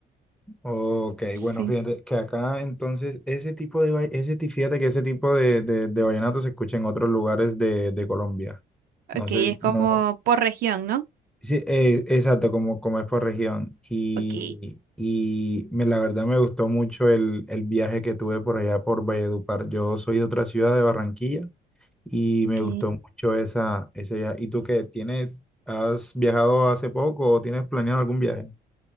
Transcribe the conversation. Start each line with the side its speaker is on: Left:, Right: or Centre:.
Centre: Ok,
Right: Sí.
Centre: bueno, fíjate que acá entonces ese tipo de, va- ese, ti- fíjate que ese tipo de, de, de vallenato se escucha en otros lugares de, de Colombia.
Right: Ok,
Centre: No sé,
Right: es como
Centre: no.
Right: por región, ¿no?
Centre: Sí, eh, exacto, como, como es por región. Y,
Right: Ok.
Centre: y me, la verdad me gustó mucho el, el viaje que tuve por allá por Valledupar. Yo soy de otra ciudad de Barranquilla y
Right: Ok.
Centre: me gustó mucho esa, ese viaje. ¿Y tú qué tienes? ¿Has viajado hace poco o tienes planeado algún viaje?